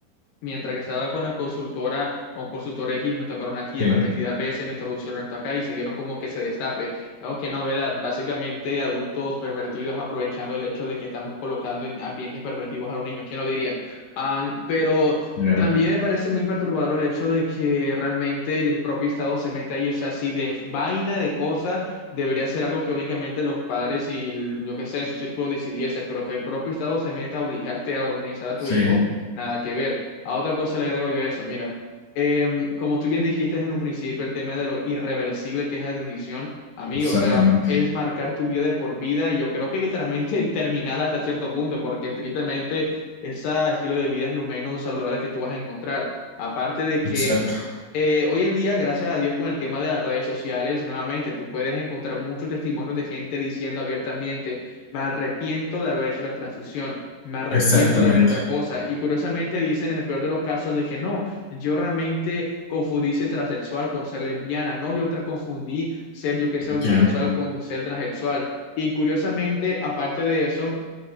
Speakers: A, on the left (about 65°); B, on the left (about 40°).
A: Mientras que estaba con la consultora o consultor X, me tocaron aquí
B: sí,
A: repetidas veces, me introducieron esto acá y siguieron como que se destape. ¿no? Qué novedad. Básicamente, adultos pervertidos aprovechando el hecho de que estamos colocando en ambientes pervertidos a los niños. ¿Quién lo diría? Am, pero
B: ya,
A: también me parece muy perturbador el hecho de que realmente el propio Estado se meta ahí. O sea, si de vaina de cosas debería ser algo que únicamente los padres y el- yo qué sé, su círculo decidiese, pero que el propio Estado se meta a obligarte a organizar a
B: sí,
A: tu hijo. Nada que ver. A otra cosa le agrego yo eso, mira, em, como tú bien dijiste en un principio, el tema de lo irreversible que es la decisión, amigo,
B: exactamente,
A: o sea, es marcar tu vida de por vida y yo creo que literalmente <laughs> terminar hasta cierto punto, porque tristemente ese estilo de vida es lo menos saludable que tú vas a encontrar. Aparte de que
B: exacto,
A: eh, hoy en día, gracias a Dios, con el tema de las redes sociales, nuevamente, tú puedes encontrar muchos testimonios de gente diciendo abiertamente, me arrepiento de haber hecho la transición me arrepiento
B: exactamente,
A: de haber otra cosa. Y curiosamente dicen en el peor de los casos de que no, yo realmente confundí ser transexual con ser lesbiana, no, yo tra- confundí ser yo que sé homosexual
B: ya,
A: con ser transexual. Y curiosamente, aparte de eso,